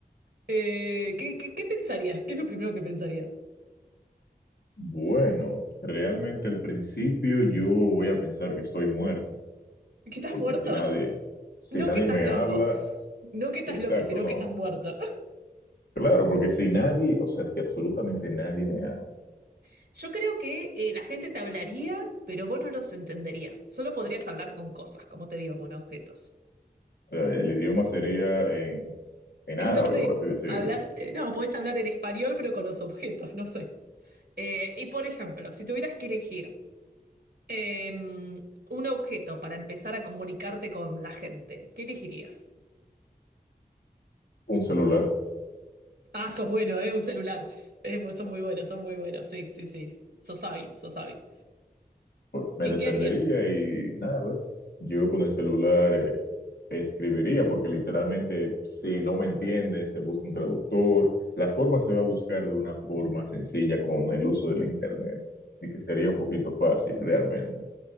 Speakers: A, on the right; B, on the left.
A: Eh, ¿qué, qué, qué pensarías? ¿Qué es lo primero que pensarías?
B: Bueno, realmente al principio yo voy a pensar que estoy muerto,
A: ¿Que estás
B: porque
A: muerto?
B: si nadie,
A: <laughs>
B: si
A: No
B: nadie
A: que estás
B: me
A: loco.
B: habla,
A: No que estás
B: exacto,
A: loco, sino
B: no.
A: que estás muerto.
B: Claro, porque si nadie, o sea, si absolutamente nadie me habla,
A: <laughs> Yo creo que eh, la gente te hablaría, pero vos no los entenderías. Solo podrías hablar con cosas, como te digo, con objetos.
B: o sea, el idioma sería en, en
A: Y
B: árabe,
A: no sé,
B: por así decirlo.
A: hablas, eh, no, podés hablar en español, pero con los objetos, no sé. Eh, y por ejemplo, si tuvieras que elegir eh, un objeto para empezar a comunicarte con la gente, ¿qué elegirías?
B: Un celular,
A: Ah, sos bueno, ¿eh? Un celular. Eh, pues son muy buenos, son muy buenos. Sí, sí, sí. Sos hábil, sos hábil.
B: pues, me
A: ¿Y
B: defendería
A: qué harías?
B: y nada, yo con el celular escribiría, porque literalmente si no me entienden, se busca un traductor, la forma se va a buscar de una forma sencilla con el uso del Internet, y que sería un poquito fácil realmente.